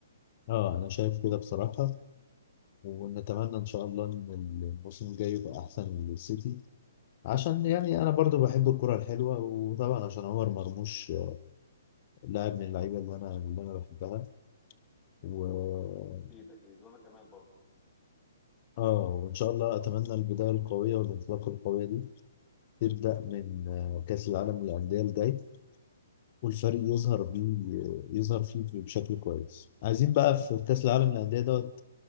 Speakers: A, on the left; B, on the left.
A: أه أنا شايف كده بصراحة ونتمنى إن شاء الله إن الموسم الجاي يبقى أحسن للسيتي عشان يعني أنا برضه بحب الكرة الحلوة وطبعا عشان عمر مرموش آه، لاعب من اللعيبة اللي أنا اللي أنا بحبها و...
B: مم، أكيد أكيد وأنا كمان برضه
A: اه وان شاء الله اتمنى البدايه القويه والانطلاقه القويه دي تبدا من آه، كاس العالم للانديه الجاي والفريق يظهر بيه آه، يظهر فيه بشكل كويس عايزين بقى في كاس العالم للانديه دوت